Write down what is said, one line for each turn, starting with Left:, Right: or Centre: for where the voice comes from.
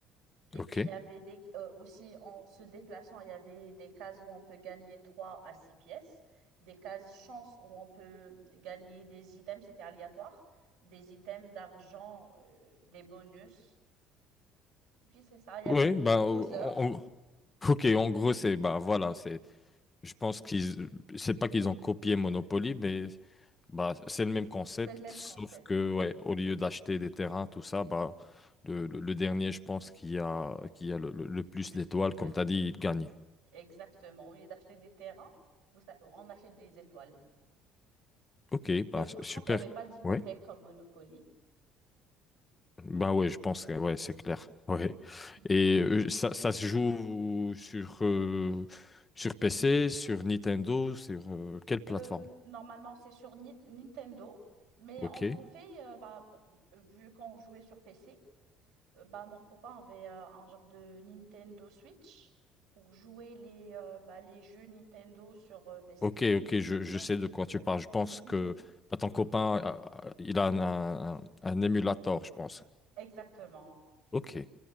Right: Et
Left: Ok.
Right: puis il y avait des, euh, aussi en se déplaçant, il y avait des cases où on peut gagner 3 à 6 pièces, des cases chance où on peut gagner des items, c'était aléatoire, des items d'argent, euh, des bonus. Et puis c'est ça, il y
Left: Oui,
Right: avait le
Left: bah
Right: Bowser,
Left: o- o- ok, en gros c'est bah voilà, c'est Je pense qu'ils, c'est pas qu'ils ont copié Monopoly, mais bah, c'est le même concept,
Right: c'est le même
Left: sauf
Right: concept,
Left: que ouais, au lieu d'acheter des terrains, tout ça, bah, le, le- le dernier, je pense, qui a, qui a le, le- le plus
Right: le plus
Left: d'étoiles,
Right: d'étoiles.
Left: comme tu as dit, il gagne.
Right: Exactement. Au lieu d'acheter des terrains, vous a- on achète des étoiles.
Left: Ok,
Right: Mais
Left: bah,
Right: par
Left: super.
Right: contre, il n'y avait pas d'hypothèque
Left: Ouais.
Right: comme Monopoly.
Left: Bah ouais, je pense
Right: Mhm.
Left: que ouais, c'est clair. Ouais.
Right: Comme- <laughs>
Left: Et euh, ça, ça se joue sur, euh, sur PC, sur Nintendo, sur euh, quelle plateforme?
Right: Euh, normalement, c'est sur Ni- Nintendo, mais
Left: Ok.
Right: on pouvait, euh, bah, vu qu'on jouait sur PC, euh, bah, mon copain avait euh, un genre de Nintendo Switch pour jouer les, euh, bah, les jeux Nintendo sur euh, PC.
Left: Ok, ok,
Right: <laughs>
Left: je, je
Right: Oh,
Left: sais
Right: c'est-
Left: de quoi tu parles. Je pense
Right: <laughs>
Left: que bah, ton copain, euh, euh, il a un, un- un émulateur, je pense.
Right: Exactement.
Left: Ok,